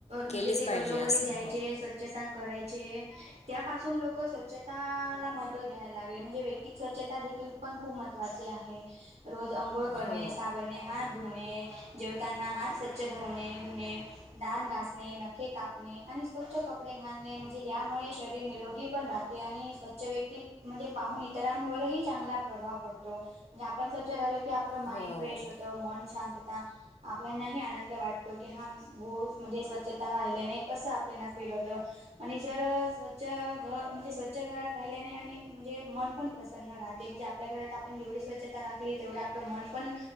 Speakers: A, on the right; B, on the left.
A: म्हणजे
B: केलीच
A: ते
B: पाहिजे
A: गल्लोगल्ली
B: असं
A: जायचे.
B: हो
A: स्वचछता करायचे त्यापासून लोक स्वचछताला म द्यायला लागले म्हणजे व्यक्तिक स्वच्छता देखील पण खूप महत्वाचे आहे. रोज अंघोळ करणे
B: हो
A: साबणने हात धुणे जेवताांना हात स्वच्छ धुवणे धुणे. दात घासणे नखे कापणे आणि स्वच्छ कपडे घालणे म्हणजे यामुळे शरीर निरोगी पण राह आणि स्वच्छ व्यक्ती म्हणजे पाहून इतरांवरही चांगला प्रभाव पडतो. म्हणजे आपण स्व्छ राहिल की आपलं माइंड
B: हो
A: फ्रेश होतं मन शांतता. आपल्यानाही आनंद वाटतो की हा भो म्हणजे स्वच्छता राहिल्याने कसं आपल्याना फील होतं. आणि जर स्वच्छ घ म्हणजे स्वच्छ घरात राहिल्याने आणि म्हणजे मन पण. प्रसन राहते म्हणजेल्या घरात. ण जेवढी स्वच्छता राखली तेवढं आपलं मन पण